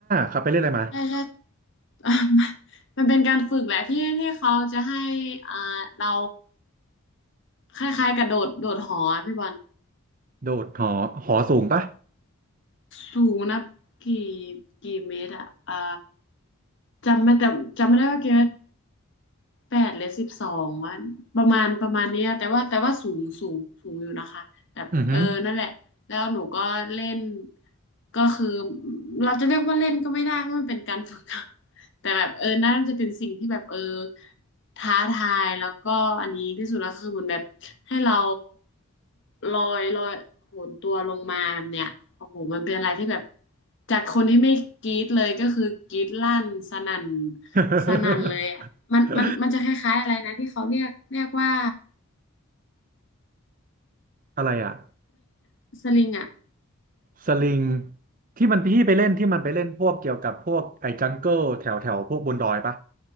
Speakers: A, on the right (about 40°); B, on the left (about 55°).
A: ครับไปเล่นอะไรมา
B: ใช่ใช่ <laughs> มันเป็นการฝึกแหละที่ที่เขาจะให้อ่าเราคล้ายๆกระโดดโดดหออะพี่บอล
A: โดดหอหอสูงปะ
B: สูงนะกี่กี่เมตรอะอ่าจำไม่แต่จำไม่ได้ว่ากี่เมตร แปดหรือสิบสองวันประมาณประมาณเนี้ยแต่ว่าแต่ว่าสูงสูงสูงอยู่นะคะแบบเออนั่นแหละแล้วหนูก็เล่น
A: อือหือ
B: ก็คือเราจะเรียกว่าเล่นก็ไม่ได้ก็มันเป็นการฝึก <laughs> แต่แบบเออน่าจะเป็นสิ่งที่แบบเออท้าทายแล้วก็อันนี้ที่สุดแล้วคือเหมือนแบบให้เราลอยลอยโหนตัวลงมาแบบเนี้ยโอ้โหมันเป็นอะไรที่แบบจากคนที่ไม่กรี๊ดเลยก็คือกรี๊ดลั่นสนั่น
A: <laughs>
B: สนั่นเลยอ่ะมันมันมันจะคล้ายๆอะไรนะที่เขาเรียกเรียกว่า
A: อะไรอ่ะ
B: สลิงอ่ะ
A: สลิงที่มันพี่ไปเล่นที่มันไปเล่นพวกเกี่ยวกับพวกไอ้จังเกิลแถวแถวพวกบนดอยปะ